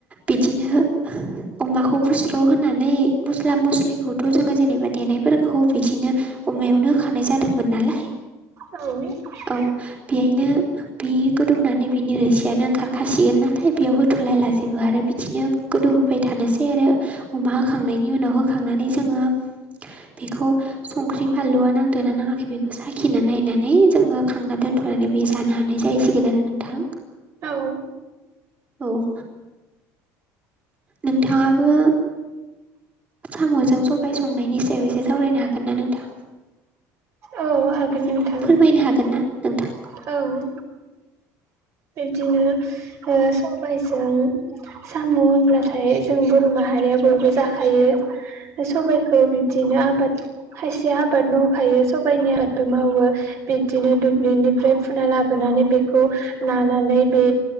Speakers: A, on the right; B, on the right.
A: बिदिनो अमाखौ बुस्र' होनानै मस्ला मस्लिखौथ' जोङो जेनेबा देनायफोरखौ बिदिनो अमायावनो होखानाय जादोंमोन नालाय
B: औ।
A: औ बेहायनो बे गोदौनानै बिनि रोसियानो ओंखारखासिगोन नालाय बेयाव हो थलायलाजोबो आरो बिदिनो गोदौहोफै थानोसै आरो अमा होखांनायनि उनाव होखांनानै जोङो बेखौ संख्रि फानलु नांदो ना नाङाखै बेखौ साखिना नायनानै जोङो खांना दोन्थ' माने बे जानो हानाय जाहैसिगोन आरो नोंथां।
B: औ
A: औ। नोंथाङाबो साम'जों सबाय संनायनि सायाव एसे सावरायनो हागोन ना नोंथां?
B: औ हागोन
A: एसे
B: नोंथां
A: फोरमायनो हागोन ना नोंथां?
B: औ। बिब्दिनो ओ सबायजों साम' होनब्लाथाय जों बर' माहारिया बयबो जाखायो। सबाइखौ बिबदिनो आबाद खायसे आबाद मावखायो सबाइनि आबादबो मावो बिदिनो दुब्लिनिफ्राय फुना लाबोनानै बेखौ नानानै बे